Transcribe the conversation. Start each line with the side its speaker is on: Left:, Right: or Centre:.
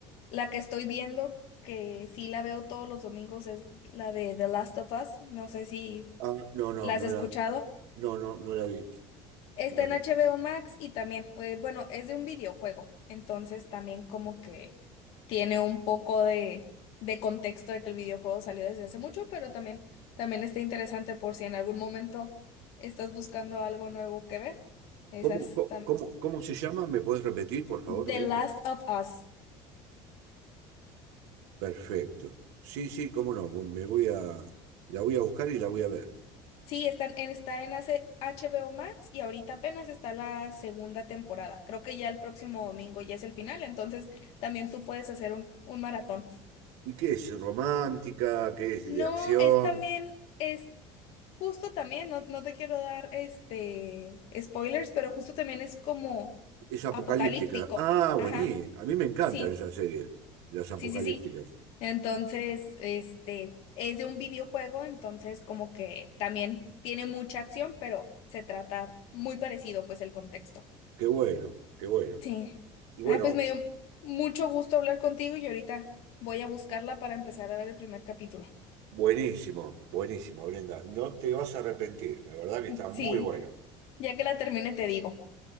Left: la que estoy viendo, que sí la veo todos los domingos, es la de The Last of Us. No sé si
Right: ah, no, no,
Left: la
Right: no
Left: has escuchado.
Right: la, no, no, no la vi.
Left: Está
Right: No,
Left: en
Right: no.
Left: HBO Max y también, eh, bueno, es de un videojuego, entonces también como que tiene un poco de, de contexto de que el videojuego salió desde hace mucho, pero también, también está interesante por si en algún momento estás buscando algo nuevo que ver. Esas
Right: ¿Cómo, cómo,
Left: tam-
Right: cómo cómo se llama? ¿Me podés repetir, por favor,
Left: The
Right: Brenda?
Left: Last of Us.
Right: Perfecto. Sí, sí, cómo no. Me voy a, la voy a buscar y la voy a ver.
Left: Sí, está en, está en hace- HBO Max y ahorita apenas está la segunda temporada. Creo que ya el próximo domingo ya es el final, entonces también tú puedes hacer un, un maratón.
Right: ¿Y qué es? ¿Romántica? ¿Qué es
Left: No,
Right: de acción?
Left: es también, es justo también, no, no te quiero dar este spoilers, pero justo también es como
Right: Es apocalíptica.
Left: apocalíptico.
Right: Ah,
Left: Ajá,
Right: buenísimo. A mí me encantan
Left: sí,
Right: esas series, las apocalípticas.
Left: sí, sí, sí. Entonces, este, es de un videojuego, entonces como que también tiene mucha acción, pero se trata muy parecido, pues, el contexto.
Right: Qué bueno, qué bueno.
Left: Sí.
Right: Y
Left: Ay,
Right: bueno,
Left: pues me dio mucho gusto hablar contigo y ahorita voy a buscarla para empezar a ver el primer capítulo.
Right: buenísimo, buenísimo, Brenda. No te vas a arrepentir. La verdad que está muy
Left: Sí,
Right: buena.
Left: ya que la termine te digo.